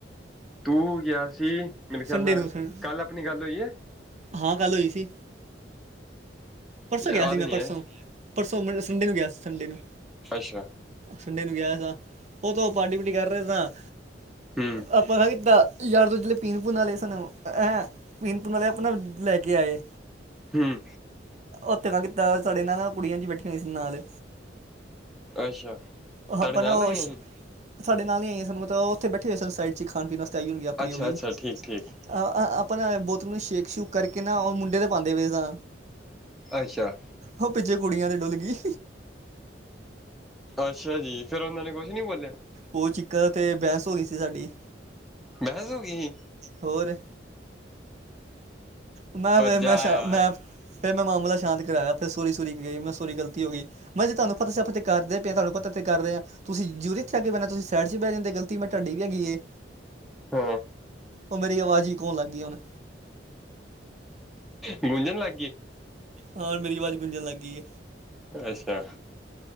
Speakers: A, in the centre; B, on the right.
A: ਤੂੰ ਗਿਆ ਸੀ, ਮੇਰੇ ਖਿਆਲ
B: ਸੰਡੇ
A: ਨਾਲ
B: ਨੂੰ ਸੰ
A: ਕੱਲ੍ਹ ਆਪਣੀ ਗੱਲ ਹੋਈ ਹਾਂ।
B: ਹਾਂ, ਕੱਲ ਹੋਈ ਸੀ ਪਰਸੋਂ
A: ਯਾਦ
B: ਗਿਆ ਸੀ ਮੈਂ
A: ਨਹੀਂ
B: ਪਰਸੋਂ-
A: ਹੈ
B: ਪਰਸੋਂ। ਸੰਡੇ ਨੂੰ ਗਿਆ ਸੀ, ਸੰਡੇ ਨੂੰ
A: ਅੱਛਾ
B: ਸੰਡੇ ਨੂੰ ਗਿਆ ਸ, ਉਹ ਤੋਂ ਪਾਂਟੀ-ਪੀਟੀ ਕਰ ਰਹੇ ਸਾਂ
A: ਹਮ
B: ਆਪਾਂ ਖ ਕੀਤਾ ਯਾਰ ਤਾਂ ਜਿਹੜੇ ਪੀਣ-ਪਣ ਵਾਲੇ ਸਨ ਹੈਂ ਪੀਣ-ਪਣ ਵਾਲੇ ਆਪਣਾ ਲੈ ਕੇ ਆਏ
A: ਹਮ।
B: ਉੱਥੇ ਕ ਕੀਤਾ ਸਾਡੇ ਨਾਲ ਨਾ ਕੁੜੀਆਂ ਚ' ਬੈਠੀਆਂ ਸੀ ਨਾਲ।
A: ਅੱਛਾ
B: ਉਹ
A: ਤੁਹਾਡੇ
B: ਆਪਨ
A: ਨਾਲ ਆਈਆਂ
B: ਸ਼
A: ਸੀ
B: ਸਾਡੇ ਨਾਲ ਹੀ ਆਈ ਸਾਨੂੰ ਮਤਲਬ ਉੱਥੇ ਬੈਠੇ ਹੋਏ ਸਾਈਡ 'ਚ ਖਣੀਣ ਵਾਸਤੇ, ਆਈ ਹੋਣਗ ਆਪਣੇ
A: ਅੱਛਾ
B: ਉਹ ਵੀ
A: ਅੱਛਾ ਠੀਕ ਠੀਕ
B: ਆਹ ਆਪਣਾ ਬੋਤਲ ਨੂੰ ਕ ਸ਼ੇਕ ਸ਼ੂਕ ਕਰਕੇ ਨਾ ਉਹ ਮੁੰਡੇ ਤੇ ਪਾਉਂਦੇ ਪੇ ਸਾ
A: ਅੱਛਾ।
B: ਉਹ ਪਿੱਛੇ ਕੁੜੀਆਂ ਤੇ ਡੁੱਲ ਗਈੱ
A: ਅੱਛਾ ਜੀ, ਫੇਿਰ ਉਹਨਾਂ ਨੇ ਕੁਛ ਨੀ ਬੋਲਿਆ-'
B: ਉਹ ਚਿੱਕਨ ਤੇ ਬਹਿਸ ਹੋ ਗਈ ਸੀ ਸਾਡੀ
A: ਬਹਿਸ ਹੋ ਗਈ ਸੀ
B: ਹੋਰ ਮੈਂ ਫ
A: ਜਾ
B: ਮੈਂ ਸ਼
A: ਯਾਰ
B: ਮੈਂ ਫਿਰ ਮੈਂ ਮਾਮਲਾ ਸ਼ਾਂਤ ਕਰਾਆ, ਫਿਰ ਸੋਹਰੀ ਸੋਰੀ ਗਈ, ਮੈਂ ਸੋਹਰੀ ਗਲਤੀ ਹੋ ਗਈ ਮੈਂ ਜੀ ਤਾਂਨੂੰ ਪਤਾ ਸੀ ਫਤਿਹ ਕਰਦੇ ਪਏ ਤੁਹਾਨੂੰ ਪਤਾ ਤੇ ਕਰਦੇ ਆ ਤੁਸੀਂ ਜੂਰੂਰੀ ਇੱਥੇਆਕੇ ਬੈਣਾ ਸੀ, ਤੁਸੀਂ ਸਾਈਡ ਚ ਬਹਿ ਜਾਂਦੇ। ਮੈਂ ਤੁਹਾਡੀ ਵੀ ਹੈਗੀ ਏ
A: ਹਸ।
B: ਉਹ ਮੇਰੀ ਆਵਾਜ਼ ਹੀ ਗੁੰਜਨ ਲੱਗ ਗਈ ਉਹਨੂੰ।
A: ਗੁੰਜਣ ਲੱਗ ਗਈਏ।
B: ਹਾਂ, ਮੇਰੀ ਆਵਾਜ਼ ਗੁੰਜਣ ਲੱਗ ਗਈ।
A: ਅੱਛਾ।